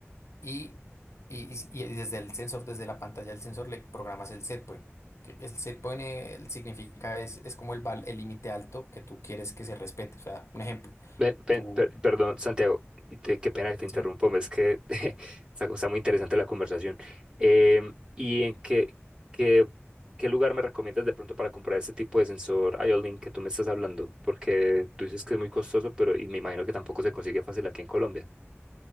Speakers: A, on the left; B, on the right.
A: y, y, y- y desde el sensor, desde la pantalla del sensor, le programas el setpoint. Que el setpoint eh, el significa, es, es como el val- el límite alto que tú quieres que se respete. O sea, un ejemplo,
B: Ven, ven,
A: tú...
B: per- perdón, Santiago, y te- qué pena que te interrumpo,
A: ¿sí?
B: es que <laughs> está, está muy interesante la conversación. Em, ¿y en qué, qué, qué lugar me recomiendas de pronto para comprar este tipo de sensor IO-Link que tú me estás hablando? Porque tú dices que es muy costoso, pero y me imagino que tampoco se consigue fácil aquí en Colombia.